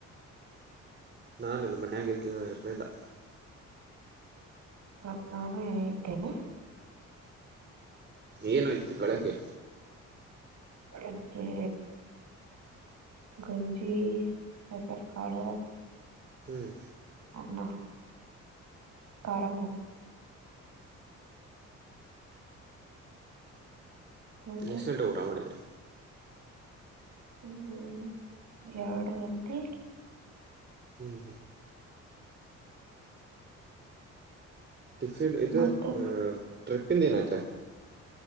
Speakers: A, on the right; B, on the right.
A: ನಾನ ಇಲ್ಲ ಮನ್ಯಾಗ ಇರ್ಲಿಲ್ಲ.
B: ಮತ್ ನಾನು ಇದೇನು
A: ಏನು ಇದ್ದು ಬೆಳಗ್ಗೆ
B: ನಂಗೆ. ಗಂಜಿ ಹೆಸರ ಕಾಳ.
A: ಹ್ಮ್.
B: ಅನ್ನ. ಕರ್ಮ. ಮತ್ತೆ
A: ಎಷ್ಟು ಘಂಟೆಗೆ ಊಟ ಮಾಡಿದಿ.
B: ಹ್ಮ್ ಎರಡು ಗಂಟೆ.
A: ಹ್ಮ್ ಟಿಫಿನ್ ಇದು
B: ಮತ್ತೆ
A: ಟ್ರಿಪ್ಪಿಂದ ಏನತ.